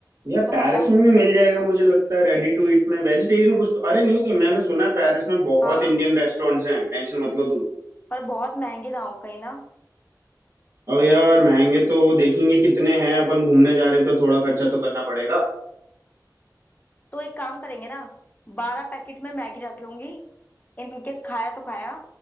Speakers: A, on the right; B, on the left.
A: यार
B: तुम
A: पेरिस
B: बताओ
A: में भी मिल जाएगा मुझे लगता है रेडी टू ईट में वेजिटेरियन कुछ तो अरे नहीं मैंने सुना है पेरिस में बहुत
B: हाँ
A: इंडियन रेस्टोरेंट्स हैं टेंशन मत लो तुम
B: पर बहुत महंगे ना हो कहीं ना
A: अब यार महंगे तो देखेंगे कितने हैं अपन घूमने जा रहे हैं तो थोड़ा खर्चा तो करना पड़ेगा
B: तो एक काम करेंगे ना बारह पैकेट में मैगी रख लूंगी इनकेस खाया तो खाया